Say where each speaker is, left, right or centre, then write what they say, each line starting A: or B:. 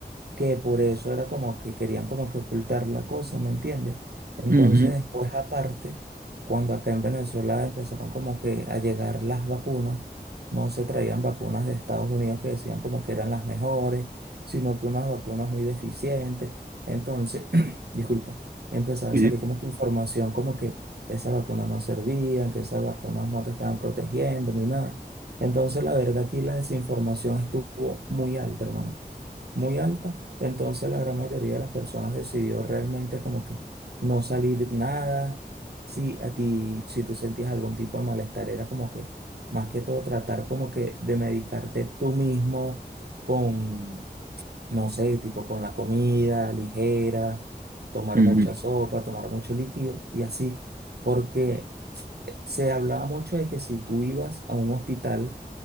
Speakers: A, on the right; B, on the right.
A: que por eso era como que querían como que ocultar la cosa, ¿me entiendes? Entonces
B: Ujú,
A: después aparte, cuando acá en Venezuela empezaron como que a llegar las vacunas, no se traían vacunas de Estados Unidos que decían como que eran las mejores, sino que unas vacunas muy deficientes. Entonces, <clears throat> disculpa, empezaba
B: sí,
A: a salir
B: sí.
A: como que información como que esas vacunas no servían, que esas vacunas no te estaban protegiendo ni nada. Entonces, la verdad aquí la desinformación estuvo muy alta, hermano muy alta. Entonces la gran mayoría de las personas decidió realmente como que no salir nada. Si a ti, si tú sentías algún tipo de malestar, era como que más que todo tratar como que de medicarte tú mismo con, no sé, tipo con la comida ligera, tomar
B: Ujú.
A: mucha sopa, tomar mucho líquido y así. Porque eh, se hablaba mucho de que si tú ibas a un hospital,